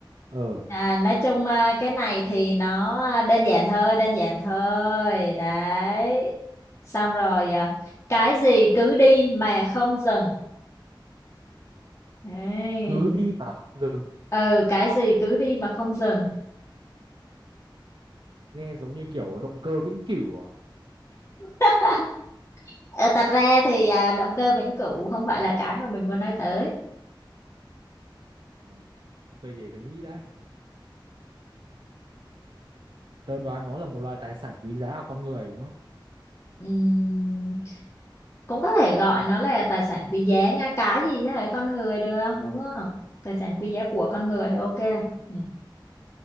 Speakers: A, on the right; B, on the left.
A: ờ
B: à, nói chung à, cái này thì nó à, đơn giản thôi đơn giản thôi đấy xong rồi à, cái gì cứ đi mà không dừng Đấy.
A: cứ đi mà không dừng
B: ừ cái gì cứ đi mà không dừng
A: nghe giống như kiểu động cơ vĩnh cửu à
B: <laughs> Ờ, thật ra thì à, động cơ vĩnh cửu không phải là cái mà mình muốn nói tới
A: Ờ, vậy để tôi nghĩ đã tôi đoán nó là một loại tài sản quý giá của con người đúng không
B: Ừm, cũng có thể gọi nó là tài sản quý giá nha cái gì chứ là con người được đúng không tài sản quý giá của con người thì ok ừ.